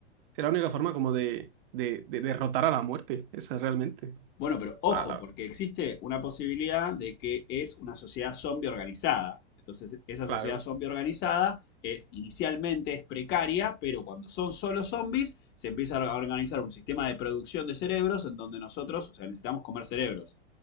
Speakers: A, on the right; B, on the left.
A: sería la única forma como de, de, de derrotar a la muerte. Esa realmente.
B: Bueno, pero ojo,
A: La, la-
B: porque existe una posibilidad de que es una sociedad zombie organizada. Entonces, esa
A: claro.
B: sociedad zombie organizada es inicialmente es precaria, pero cuando son solo zombies, se empieza a organizar un sistema de producción de cerebros en donde nosotros, o sea, necesitamos comer cerebros,